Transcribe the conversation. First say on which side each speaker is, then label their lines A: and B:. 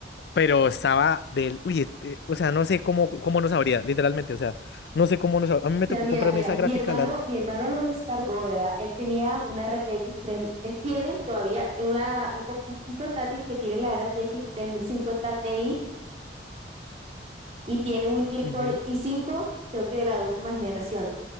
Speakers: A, on the left; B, on the right.
A: pero estaba del, uy, este, o sea, no sé cómo, cómo nos habría, literalmente, o sea, no sé cómo nos hab- A mí me
B: O sea,
A: tocó
B: mira,
A: comprarme
B: mira,
A: esa
B: mi
A: gráfica,
B: hermano,
A: la... r-
B: mi hermano lo descargó, ¿verdad? Él tenía una RTX 3, él tiene todavía una, un, co- un portátil que tiene la RTX cincuenta Ti y tiene un Intel
A: Ujú.
B: Core i cinco, creo que de la última generación.